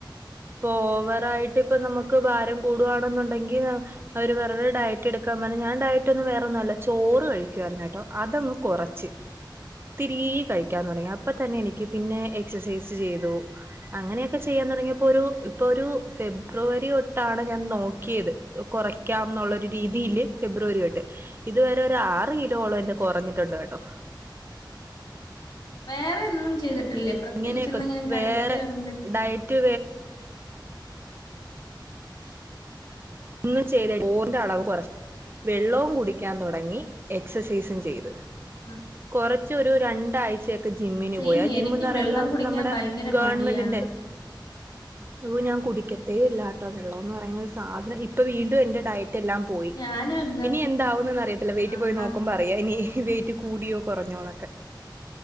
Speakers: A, on the right (about 30°); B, on the left (about 75°).
A: പ്പൊവറായിട്ട് ഇപ്പ നമുക്ക് ബാരം കൂടവാണെന്നുണ്ടെങ്കി അവര്പ ഡയറ്റ് എടുക്കാപറഞ് ഞാൻടയ ഇട്ടൊന്ന വേറൊന്നുംമല്ല ചോറ് കഴിക്കുആയിരുന്നെട്ടോ അതങ്ങ് കൊറച്ച്. ഇത്തിരീ കഴിക്കാൻ തുടങ്ങി അപ്പൊ തന്നെ എനിക്ക് പിന്നെ എക്സസൈസ് ചെയ്തു അങ്ങനെ ക്കെ ചെയ്യാൻ തുടങ്ങിയപ്പോ ഒരു ഇപ്പൊ ഒരു ഫെബ്രുവരി തൊട്ടാണ് ഞാൻ നോക്കിയത് കൊറക്കാ എന്നുള്ളരു രീതിയില് ഫെബ്രുവരി തൊട്ട് ഇതുവരെ ഒരു ആറ് കിലോളം എന്റെ കൊറഞ്ഞിട്ടുണ്ട് കേട്ടോ.
B: ഉ <unintelligible> വേറെ എന്നും ചെയ്തി ട്ടില്ലേ പ്രത്യേകിച്ച്
A: ഇങ്ങനെയൊക്കെ
B: എന്തെങ്കിലും കഴിക്കോ
A: വേറെ
B: ന്തേ
A: ഡയറ്റ്
B: <unintelligible>
A: ഒന്നും ചെയ്ത <unintelligible> ഓറിന്റെ അളവ് കുറ വെള്ളവും കുടിക്കാൻ തൊടങ്ങി. എക്സസൈസും ചെയ്ത്.
B: ആ
A: കൊറച്ചൊരു രണ്ടാഴ്ചെ ജിമ്മിന്
B: സെയിം
A: പോയി. ആ ജിമ്മന്ന്
B: എനിക്കും
A: പറയുമ്പോ
B: വെള്ളം കുടിക്കാൻ
A: നമ്മടെ
B: ഭയങ്കര
A: ഗവൺമെന്റിന്റെ
B: മടിയാണ്
A: യ്യോ ഞാൻ കുടിക്കത്തേ ഇല്ലാട്ടോ വെള്ളോന്ന് പറയുന്ന ഒരു സാധനം ഇ ഇപ്പൊ വീണ്ടും എന്റെ ഡയറ്റ് എല്ലാം പോയി.
B: ഞാനും അങ്ങ്
A: ഇനി എന്താവുന്നന്ന് അറിയത്തില്ല വെയിറ്റ്
B: ആഹാ
A: പോയി നോക്കുമ്പോ അറിയാം ഇനി. വെയിറ്റ് കൂടിയോ കുറഞ്ഞോന്നൊക്കെ.